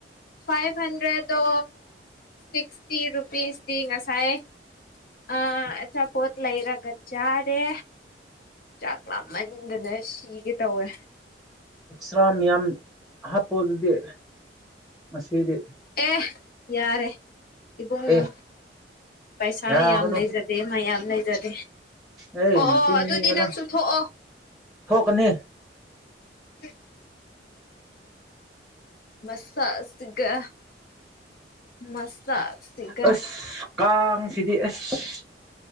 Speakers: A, on the left; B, in the centre.
A: ꯐꯥꯏꯚ ꯍꯟꯗ꯭ꯔꯦꯠꯇꯣ ꯁꯤꯁꯇꯤ ꯔꯨꯄꯤꯁ ꯉꯁꯥꯏꯥꯏ ꯑꯣ ꯂꯩꯔꯒ ꯆꯥꯔꯦ ꯆꯥꯛ ꯂꯥꯃꯟꯗꯅ ꯁꯤꯒꯦ ꯇꯧꯋꯦ
B: ꯑꯣꯛꯁꯥ ꯃꯤꯌꯥꯝ ꯍꯥꯞꯄꯣ ꯑꯗꯨꯗꯤ ꯉꯥꯁꯤꯗꯤ
A: ꯑꯦ ꯌꯥꯔꯦ ꯏꯕꯨꯡꯅ
B: ꯑꯦ
A: ꯄꯩꯁꯥ
B: ꯌꯥꯒꯅꯨ
A: ꯌꯥꯝ ꯂꯩꯖꯗꯦ ꯃꯌꯥꯝ ꯂꯩꯖꯗꯦ
B: ꯑꯩ
A: ꯑꯣ
B: ꯅꯆꯤꯟ
A: ꯑꯣ ꯑꯗꯨꯗꯤ
B: ꯊꯤꯒꯅꯨ
A: ꯅꯪꯁꯨꯨ ꯊꯣꯛꯑꯣ
B: ꯊꯣꯛꯀꯅꯤ
A: ꯎꯝ ꯃꯁꯛ ꯁꯤꯒ ꯃꯁꯥ ꯁꯤꯒ
B: ꯑꯁ ꯀꯥꯡꯁꯤꯗꯤ ꯑꯁ